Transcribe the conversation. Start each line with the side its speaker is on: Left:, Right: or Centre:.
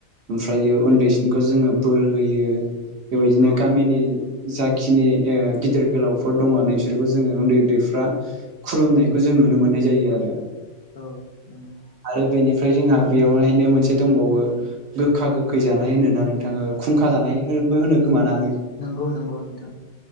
Right: ओमफ्रायो उन्दैसिनखौ जोङो बोर होयो बेबायदिनो
Left: औ
Right: गामिनि जाखिनि गिदिर गोलावफोर दङ नोंसोरखौ जोङो उन्दै उन्दैफ्रा खुलुमनायखौ जों नुनो मोननाय जायो आरो।
Left: औ नंगौ।
Right: आरो बेनिफ्राय जोंहा बेयावनोहायनो मोनसे दंबावो गोखा गोखै जानाय होनो ना नोंथां खुंखा जानायबो होनो खोमा ना?
Left: नंगौ नंगौ नोंथां।